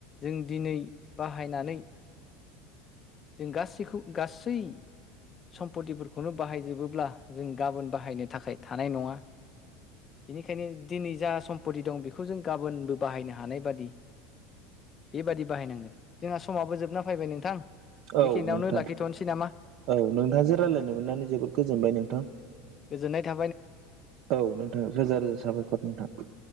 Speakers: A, on the left; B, on the right.
A: जों दिनै बाहायनानै जों गासैखौ गासै सम्पतिफोरखौनो बाहायजोबोब्ला जों गाबोन बाहायनो थाखाय थानाय नङा बेनिखायनो दिनै जा समपति दं बेखौ जों गाबोनबो बाहायनो हानाय बादि बेबादि बाहायनांगोन जोंहा समाबो जोबना फैबाय नोंथां बेखिनियावनो
B: औ नोंथां
A: लाखिथ'नोसै नामा
B: औ नोंथांजों रायलायनो मोननानै जोबोद गोजोनबाय नोंथां
A: गोजोननाय था
B: औ नोंथां रोजा रोजा साबायखर नोंथां